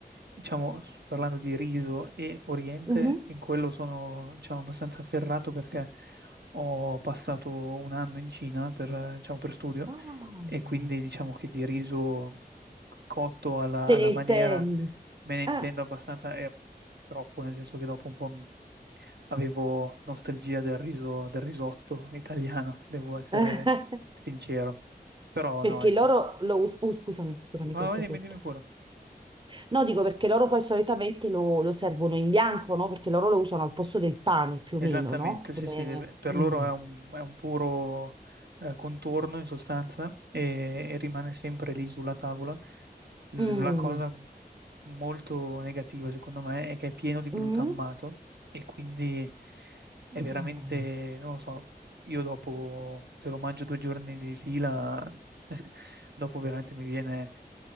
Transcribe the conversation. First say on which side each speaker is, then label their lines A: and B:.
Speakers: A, on the right (about 85°); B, on the right (about 30°).
A: diciamo, s- parlando di riso e Oriente,
B: Mhm.
A: in quello sono, diciamo, abbastanza afferrato perché ho passato un anno in Cina per, eh, diciamo, per studio
B: Ah.
A: e quindi diciamo che di riso cotto alla,
B: Te
A: alla
B: ne intendi?
A: maniera me ne intendo
B: Ah.
A: abbastanza e troppo, nel senso che dopo un po' m- avevo nostalgia del riso, del risotto italiano, <laughs> devo essere
B: <laughs>
A: sincero. Però
B: Perché
A: no, ecco.
B: loro lo us- uh, scusami, scusami,
A: Ma
B: ti ho interrotto.
A: vai, dimmi, dimmi pure.
B: No, dico perché loro poi solitamente lo, lo servono in bianco, no? Perché loro lo usano al posto del pane, più
A: Esattamente,
B: o meno, no?
A: sì,
B: Come...
A: sì, eh, per
B: Mm.
A: loro è un, è un puro eh, contorno in sostanza e, e rimane sempre lì sulla tavola. L-
B: Mm.
A: La cosa molto negativa, secondo me, è che è pieno di glutammato
B: Mm.
A: e quindi è
B: Ah,
A: veramente, non lo so, io dopo, se lo mangio due giorni di fila, <laughs> dopo veramente mi viene,